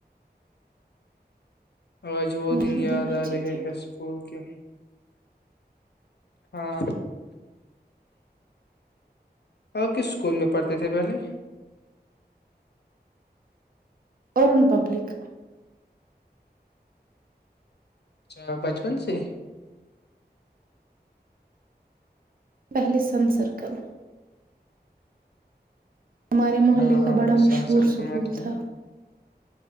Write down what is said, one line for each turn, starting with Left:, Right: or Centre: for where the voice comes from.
Left: آج وہ
Right: ہاں
Left: دن
Right: ہی
Left: یاد
Right: اچھے
Left: آ رہے
Right: تھے
Left: ہیں اسکول کے ہاں آپ کس اسکول میں پڑھتے تھے پہلے
Right: اوررن پبلک
Left: اچھا بچپن سے
Right: پہل سن سرکل ہمارے محلے
Left: ہاں
Right: کا بڑا مشہور
Left: سن سرکل
Right: سکول
Left: میں تم؟
Right: تھا